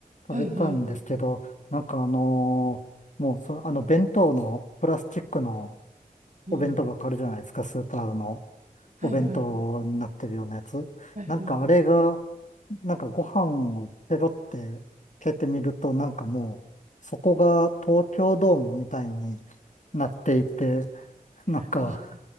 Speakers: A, on the left; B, on the right.
A: 食べたんですけど、
B: はいはい、
A: なんかあのーもうその、あの弁当のプラスチックの
B: うん、
A: お弁当箱あるじゃないですか、スーパーの
B: はいはい、
A: お弁当になってるようなやつ。
B: はいはい。
A: なんかあれが、なんかご飯をペロって蹴ってみると、なんかもう、そこが東京ドームみたいになっていて、なんか、
B: あ、